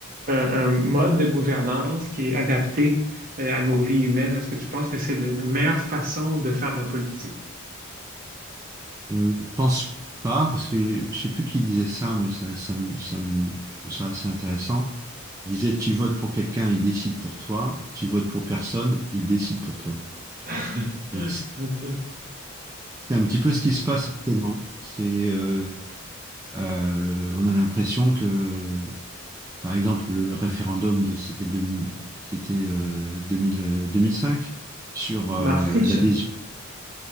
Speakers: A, on the right (about 40°); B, on the right (about 15°).
A: un, un mode de gouvernance qui est adapté euh, à nos vies humaines? Est-ce que tu penses que c'est la meilleure façon de faire de la politique?
B: Euh, je pense pas, parce que je sais plus qui disait ça, mais ça, ça, me- ça me- je trouve ça assez intéressant, qui disait tu votes pour quelqu'un, il décide pour toi, tu votes pour personne, il décide pour toi.
A: <laughs>
B: Donc c'est
A: Ok.
B: c'est un petit peu ce qui se passe actuellement. C'est, euh, euh, on a l'impression que, par exemple, le référendum de, c'était deux- c'était euh, 2000, euh, 2005 sur euh,
A: Ma friche.
B: l'adhésion,